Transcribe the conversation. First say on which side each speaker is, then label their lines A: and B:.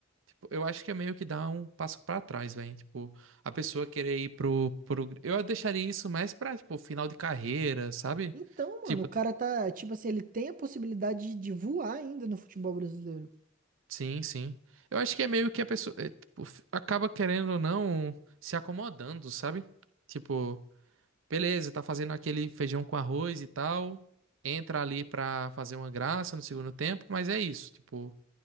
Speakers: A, on the right; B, on the right.
A: Tipo, eu acho que é meio que dar um passo pra trás, velho. Tipo, a pessoa querer ir pro, pro. Eu deixaria isso mais pra, tipo, final de carreira, sabe?
B: Então, mano,
A: Tipo,
B: o cara tá, tipo assim, ele tem a possibilidade de de voar ainda no futebol brasileiro.
A: sim, sim. Eu acho que é meio que a pessoa é, tipo, f- acaba querendo ou não se acomodando, sabe? Tipo. Beleza, tá fazendo aquele feijão com arroz e tal. Entra ali pra fazer uma graça no segundo tempo, mas é isso, tipo,